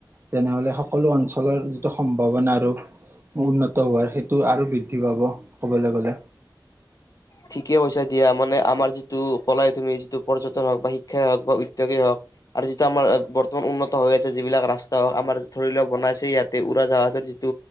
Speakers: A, on the right (about 30°); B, on the left (about 45°).
A: তেনেহলে সকলো অঞ্চলৰ যিটো সম্ভাৱনা, উন্নত হোৱাৰ সেইটো আৰু বৃদ্ধি পাব ক'বলৈ গলে
B: ঠিকেই পইচা দিয়া মানে আমাৰ যিটো কলাই তুমি যিটো পৰ্যটন হওক বা শিক্ষাই হওক বা উদ্যোগেই হওক আৰু যিটো আমাৰ বৰ্তমান উন্নত হৈ আছে যিবিলাক ৰাস্তা হওক আমাৰ ধৰি লোৱাক বনাইছে ইয়াতে উৰাজাহাজৰ যিটো